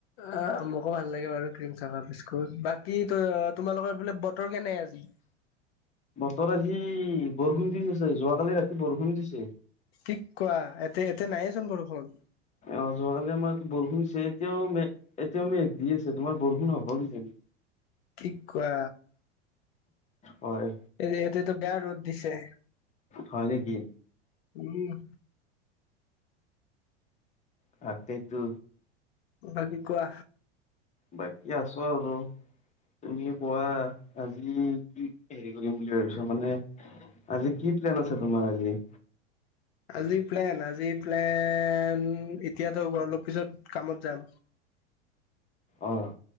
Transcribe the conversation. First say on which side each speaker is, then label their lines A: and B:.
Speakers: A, on the left (about 65°); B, on the left (about 20°).
A: অ মোকো ভাল লাগে বাৰু ক্ৰীম থাকা বিস্কুট বা কি ত তোমালোকৰ ফালে বতৰ কেনে আ উ <inaudible>
B: বতৰ আজি বৰষুণ দি আছে, যোৱাকালি ৰাতি বৰষুণ দিছে।
A: কি কোৱা, এ এয়াতে নাহেচোন বৰষুন।
B: অ' <inaudible> চেচদিও মেত <unintelligible> দি আছে তোমাৰ বৰষুণ হ'ব কিজানি
A: কি কোৱা,
B: হয়
A: এই এতিয়াটো বেয়া ৰ'দ দিছে।
B: হয় নেকি
A: উম
B: তাকেতো
A: বাকি কোৱা।
B: বাকি আছো আৰু তুমি কোৱা। আজি কি হেৰি কৰিম বুলি ভাবিছা, মানে আজি কি প্লেন আছে তোমাৰ আজি।
A: আজি প্লেন আজি প্লেন এতিয়াটো অলপ পিছত কামত যাম।
B: অ'